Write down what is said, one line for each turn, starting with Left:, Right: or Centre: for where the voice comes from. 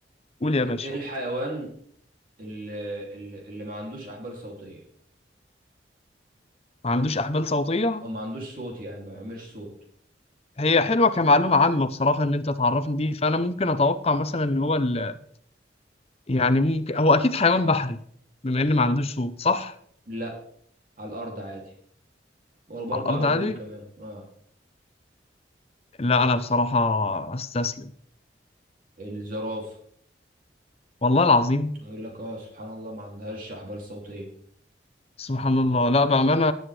Left: قول يا
Right: ايه
Left: باشا
Right: الحيوان اللي, اللي اللي ما عندوش احبال صوتيه
Left: ما عندوش أحبال صوتية
Right: او ما عندوش صوت يعني ما بيعملش صوت
Left: هي حلوة كمعلومة عامة بصراحة إن أنت تعرفني دي فأنا ممكن أتوقع مثلا إن هو ال... يعني ممكن هو أكيد حيوان بحري بما إن ما عندوش صوت صح
Right: لا على الارض عادي وباربع
Left: على الأرض
Right: رجول
Left: عادي
Right: كمان اه
Left: لا أنا بصراحة أستسلم
Right: الزرافه
Left: والله العظيم
Right: يقول لك اه سبحان الله ما عندهاش احبال صوتيه
Left: سبحان الله لا بأمانة